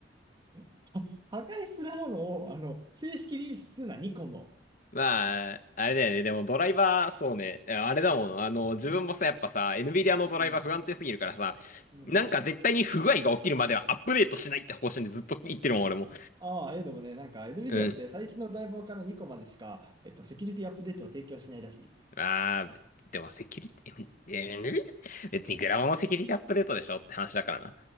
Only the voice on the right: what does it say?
<laughs> 破壊するものを、あの、正式リリースするな、ニコンも
うん。うん。
ああ、えでもね、なんか、NVIDIA
って最新のドライバーからニコンまでしか、えっと、セキュリティアップデートは提供しないらし